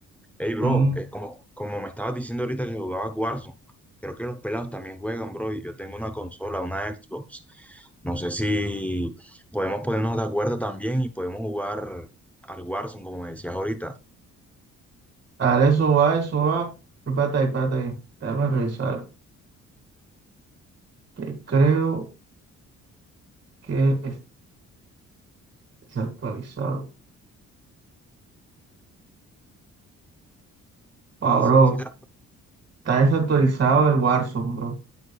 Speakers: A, in the centre; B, on the right.
A: Hey, bro,
B: Mm,
A: es como, como me estabas diciendo ahorita que jugabas Warzone, creo que los pelados también juegan, bro, y yo tengo una consola, una Xbox. No sé si podemos ponernos de acuerdo también y podemos jugar al Warzone, como me decías ahorita.
B: Dale, eso va, eso va. Pero Espérate ahí, espérate ahí. Déjame revisar. Que creo que es desactualizado. Ah, bro,
A: Sí, te-
B: está desactualizado el Warzone, bro.